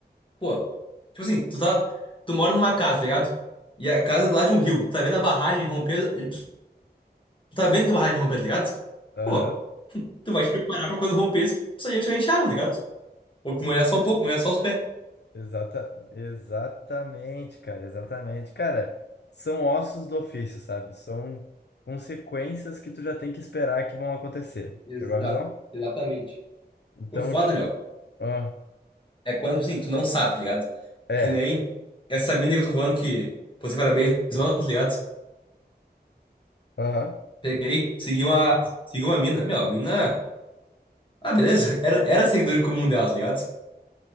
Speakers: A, on the left; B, on the left.
A: pô. Tipo assim, tu tá. Tu mora numa casa, tá ligado? E a casa é do lado de um rio. Tu tá vendo a barragem romper. Tu tá vendo que a barragem vai romper, tá ligado?
B: Aham.
A: Pô, tu vai te preparar pra quando romper, tu sair encher água, tá ligado? Ou molhar só um pouco, molhar só os pés.
B: Exata... Exatamente, cara. Exatamente. Cara, são ossos do ofício, sabe? São consequências que tu já tem que esperar que vão acontecer.
A: Exato,
B: Pegou a visão?
A: exatamente.
B: Então,
A: O foda,
B: tipo.
A: meu.
B: Ah,
A: É quando, assim, tu não sabe, tá ligado?
B: é.
A: Que nem essa mina que eu tô falando que, pô, você parabéns, mano, tá ligado?
B: Aham.
A: Peguei, segui uma, segui uma mina. Meu, a mina. Ah, beleza. <laughs> Era, era seguidor em comum dela, tá ligado?